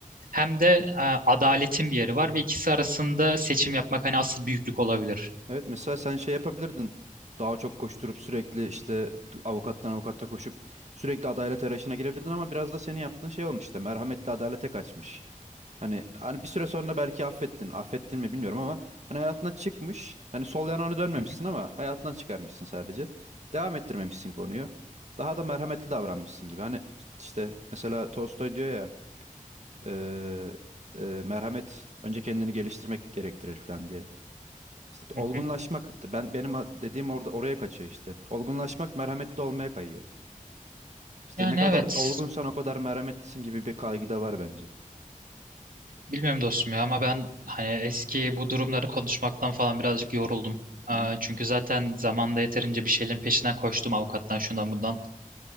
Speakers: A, on the right; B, on the right.
A: hem de e, adaletin bir yeri var ve ikisi arasında seçim yapmak hani asıl büyüklük olabilir.
B: Evet mesela sen şey yapabilirdin. Daha çok koşturup sürekli işte avukattan avukata koşup sürekli adalet arayışına girebilirdin ama biraz da senin yaptığın şey olmuş işte merhametli adalete kaçmış. Hani hani bir süre sonra belki affettin. Affettin mi bilmiyorum ama hani hayatına çıkmış. Hani sol yanağını dönmemişsin
A: Hı hı,
B: ama hayatından çıkarmışsın sadece. Devam ettirmemişsin konuyu. Daha da merhametli davranmışsın gibi. Hani işte mesela Tolstoy diyor ya eee, eee, merhamet önce kendini geliştirmek gerektirir falan diye. İşte
A: hı
B: olgunlaşmak
A: hı.
B: ben benim a- dediğim orada oraya kaçıyor işte. Olgunlaşmak merhametli olmaya kayıyor. İşte
A: Yani
B: ne kadar
A: evet.
B: olgunsan o kadar merhametlisin gibi bir kaygı da var bence.
A: Bilmiyorum dostum ya ama ben hani eski bu durumları konuşmaktan falan birazcık yoruldum.
B: Hı
A: Ee,
B: hı.
A: Çünkü zaten zamanda yeterince bir şeylerin peşinden koştum avukattan şundan bundan.